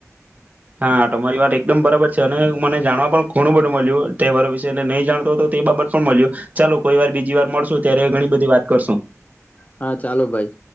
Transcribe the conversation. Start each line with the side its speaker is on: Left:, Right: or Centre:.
Right: હા તમારી વાત એકદમ બરાબર છે. અને મને જાણવા પણ ઘણું બધું મલ્યું તહેવારો વિશે, ને નહી જાણતો તો તે બાબત પણ મલ્યું. ચાલો કોઈ વાર બીજી વાર મળશું ત્યારે ઘણી બધી વાત કરશું.
Left: હા ચાલો ભાઈ.